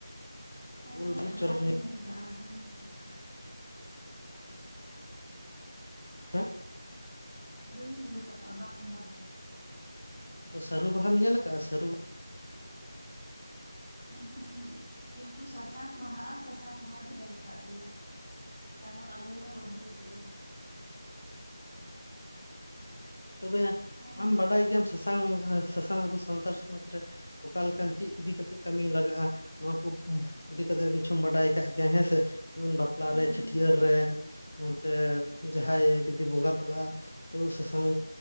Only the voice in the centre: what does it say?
ᱦᱮᱸ
ᱦᱮᱸ
ᱵᱟᱹᱧ ᱧᱮᱞ ᱠᱟᱜᱼᱟ ᱵᱟᱹᱧ ᱧᱮᱞ ᱠᱟᱜ
ᱵᱟᱹᱧ ᱧᱮᱞ ᱠᱟᱜᱼᱟ ᱵᱟᱝ ᱵᱟᱝ
ᱩᱦᱩᱸ ᱦᱩᱸ ᱦᱩᱸ ᱠᱤᱱᱛᱩ ᱥᱟᱥᱟᱝ ᱵᱟᱦᱟᱜᱼᱟ ᱥᱟᱥᱟᱝ ᱵᱟᱦᱟ ᱫᱚ ᱧᱮᱞ ᱠᱟᱜ ᱜᱮᱭᱟ ᱦᱩᱸ ᱠᱟᱨᱚᱱ ᱟᱞᱮ ᱞᱮ ᱨᱚᱦᱚᱭ ᱞᱮᱜᱼᱟ
ᱦᱮᱸ
ᱧᱮᱞ
ᱠᱟᱜᱼᱟᱹᱧ
ᱦᱮᱸ
ᱦᱮᱸ